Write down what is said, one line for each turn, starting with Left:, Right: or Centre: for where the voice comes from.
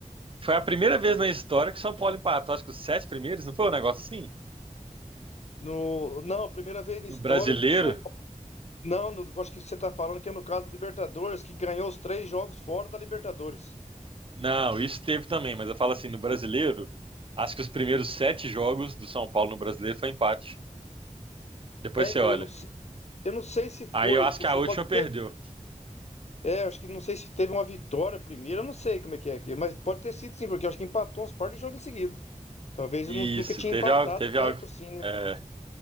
Right: foi a primeira vez na história que São Paulo empatou, acho que os sete primeiros, não foi um negócio assim?
Left: No... Não, a primeira vez
Right: No
Left: na história
Right: brasileiro?
Left: que o São Paulo. Não, no- acho que você tá falando que é no caso da Libertadores, que ganhou os três jogos fora da Libertadores.
Right: Não, isso teve também, mas eu falo assim, no brasileiro, acho que os primeiros sete jogos do São Paulo no brasileiro foi empate. Depois
Left: É, então,
Right: você olha.
Left: eu não, se- eu não sei se foi
Right: Aí eu acho
Left: que
Right: que
Left: o
Right: a
Left: São
Right: última
Left: Paulo
Right: perdeu.
Left: teve. É, acho que não sei se teve uma vitória primeiro, eu não sei como é que é aqui, mas pode ter sido sim, porque eu acho que empatou uns par de jogos em seguida. Talvez
Right: Isso,
Left: eu nu- nunca tinha
Right: teve
Left: empatado
Right: algo, teve
Left: tanto
Right: algo.
Left: assim, né?
Right: É,